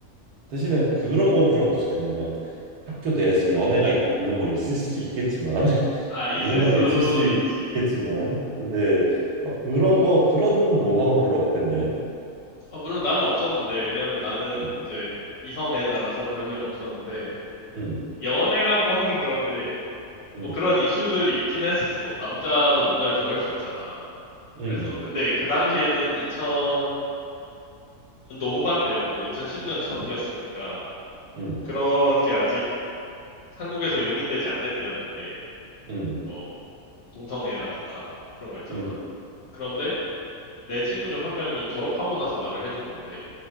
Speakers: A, on the right; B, on the left.
A: 대신에 그런 건 그럼 없었겠네. 막 학교 내에서 연애가 있- 물론 뭐 있을 수도 있겠지만 <laughs>
B: 아, 있을
A: 누군가는
B: 수
A: 있을 수도
B: 있지.
A: 있겠지만, 근데 막 그런 거 그런 로망은 별로 없겠네.
B: 아, 물론 나는 없었는데, 왜냐면 나는
A: 응,
B: 이제 이성애자라서 그런 일은 없었는데,
A: 응,
B: 연애라고 하긴 그런데,
A: 응,
B: 뭐 그런 이슈들이 있긴 했었어. 남자도 남자를 좋아할 수 있잖아.
A: 응,
B: 그래서, 근데 그 당시에는 2000년도 후반대였고, 2010년 전이었으니까,
A: 응, 응,
B: 그런 게 아직 한국에서 용인되지 않을 때였는데,
A: 응,
B: 뭐, 동성애라던가 그런 거 있잖아.
A: 응,
B: 그런데 내 친구 중 한 명이 졸업하고 나서 말을 해준 건데